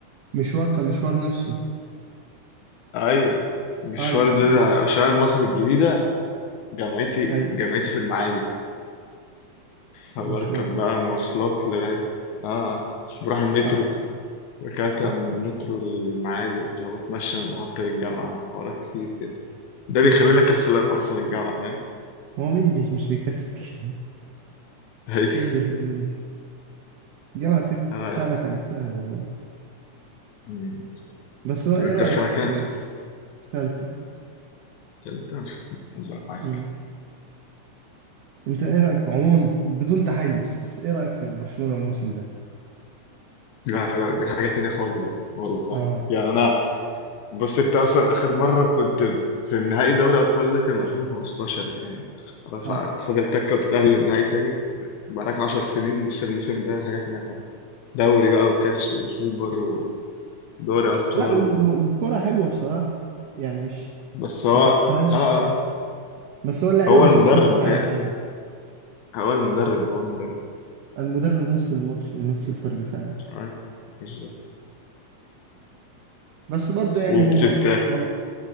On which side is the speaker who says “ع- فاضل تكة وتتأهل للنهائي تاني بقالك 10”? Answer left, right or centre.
Left